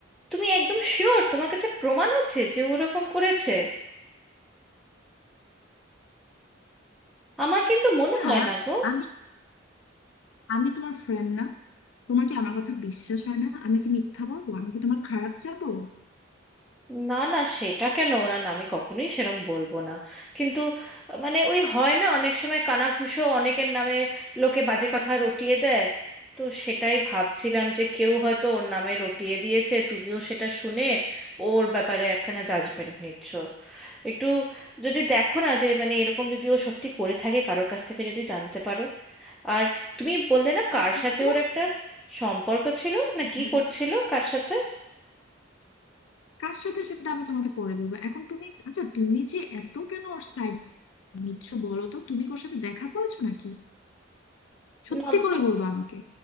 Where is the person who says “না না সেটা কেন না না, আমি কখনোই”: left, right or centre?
Centre